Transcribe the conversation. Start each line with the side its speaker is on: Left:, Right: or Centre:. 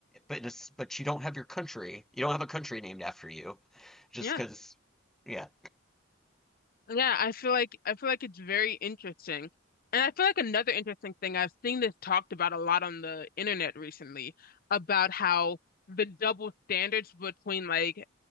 Centre: but it's, but you don't have your country. You don't have a country named after you, just
Left: Yeah.
Centre: because, yeah.
Left: Yeah. I feel like I feel like it's very interesting. And I feel like another interesting thing, I've seen this talked about a lot on the internet recently about how the double standards between like